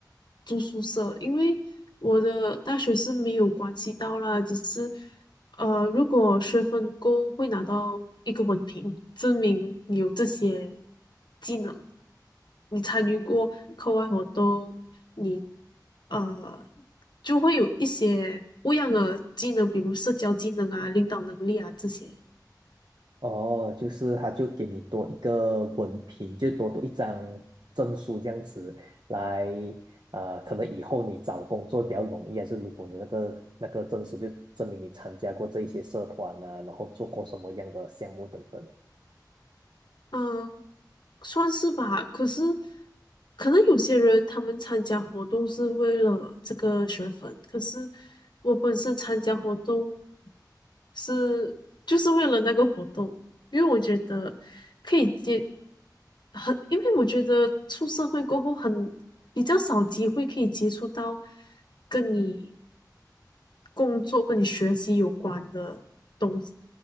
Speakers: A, on the left; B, on the right.
A: 住宿舍，因为我的大学是没有关系到啦，只是呃，如果学分够，会拿到一个文凭，证明你有这些技能，你参与过课外活动，你呃就会有一些不一样的技能，比如社交技能啊、领导能力啊这些。
B: 哦，就是他就给你多一个文凭，就多读一张证书这样子来，呃，可能以后你找工作比较容易，还是如果你有那个那个证书，就证明你参加过这一些社团啊，然后做过什么样的项目等等的。
A: 嗯，算是吧。可是，可能有些人他们参加活动是为了这个学分，可是我本身参加活动是就是为了那个活动，因为我觉得可以接很，因为我觉得出社会过后很比较少机会可以接触到跟你工作、跟你学习有关的东西，